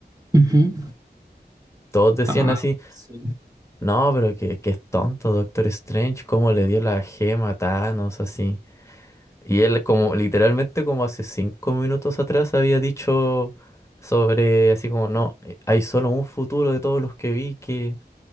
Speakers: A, on the right; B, on the left.
A: Ujú.
B: Todos decían
A: Ah,
B: así,
A: sí.
B: no, pero que, que es tonto Doctor Strange, cómo le dio la gema a Thanos, así. Y él como literalmente como hace cinco minutos atrás había dicho sobre así como, no, eh, hay solo un futuro de todos los que vi que